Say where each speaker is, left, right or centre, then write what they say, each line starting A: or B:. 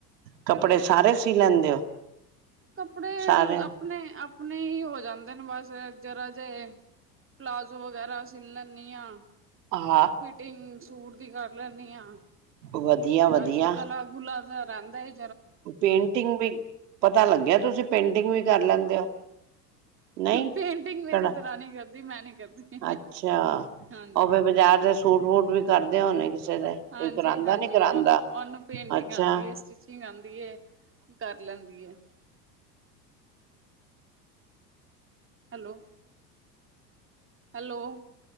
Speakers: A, on the right (about 75°); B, on the right (about 25°).
A: ਕੱਪੜੇ
B: ਫੇਰ ਉਹਦੇ ਸਾਹਮਣੇ
A: ਸਾਰੇ ਸੀ ਲੈਂਦੇ ਹੋ?
B: ਕੱਪੜੇ
A: ਸਾਰੇ
B: ਆਪਣੇ ਆਪ ਆਪਣੇ ਹੀ ਹੋ ਜਾਂਦੇ ਨੇ ਬਸ ਜਰਾ ਜੇ ਨਾ ਪਲਾਜੋ ਜੋ ਵਗੈਰਾ ਸੀਲ ਲੈਣੀ ਆ
A: ਹਾਂ
B: ਫਿਟਿੰਗ ਸੂਟ ਦੀ ਕਰ ਲੈਣੀ ਆ
A: ਵਧੀਆ ਵਧੀਆ
B: ਬਸ ਗਲਾ ਗੁਲਾ ਜਾ ਆਦਾ ਏ
A: ਪੇਂਟਿੰਗ ਵੀ ਪਤਾ ਲੱਗਿਆ ਤੁਸੀਂ ਪੇਂਟਿੰਗ ਵੀ ਕਰ ਲੈਂਦੇ ਹੋ ਨਹੀਂ
B: ਪੇਂਟਿੰਗ ਮੇਰੀ
A: ਕੜਾ
B: ਦਰਾਨੀ ਕਰਦੀ ਮੈਂ ਨੀ ਕਰਦੀ
A: ਅੱਛਾ
B: ਹਾਂਜੀ
A: ਉਹ ਫਿਰ ਬਾਜ਼ਾਰ ਦੇ ਸੂਟ ਵੂਟ ਵੀ ਕਰਦੇ ਹੋਣੇ ਕਿਸੇ ਦੇ
B: ਹਾਂਜੀ
A: ਕੋਈ ਕਰਾਉਂਦਾ
B: ਹਾਂਜੀ
A: ਨੀ ਕਰਾਉਂਦਾ
B: ਉਹ ਉਹਨੂੰ ਪੇਂਟਿੰਗ
A: ਅੱਛਾ
B: ਆਉਂਦੀ ਏ ਸਟਿਚਿੰਗ ਆਂ ਦੀ ਹੈ। ਕਰ ਲੈਂਦੀ ਐ। ਹੈਲੋ। ਹੈਲੋ।